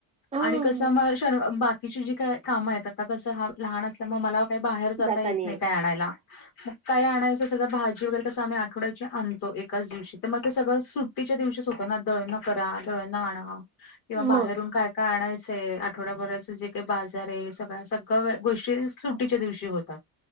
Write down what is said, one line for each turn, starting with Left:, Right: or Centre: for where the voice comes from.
Right: ओ? हां.
Left: आणि कसं मग शर्व बाकीची जी काय काम आहेत आता कसं हा लहान असल्यामुळे मला काही बाहेर जाता
Right: जातानी
Left: येत नाही काय आणायला मग काय आणायचं असेल तर भाजी वगैरे कसं आम्ही आठवड्याची आणतो एकाच दिवशी तर मग ते सगळं सुट च्या दिवशीच होत ना दळण करा दळण आणा किंवा बाहेरून
Right: मग
Left: काय काढायचंय आठवडाभराचं जे काही बाजार आहे सगळ सगळं गोष्टी सुट्टीच्या दिवशी होतात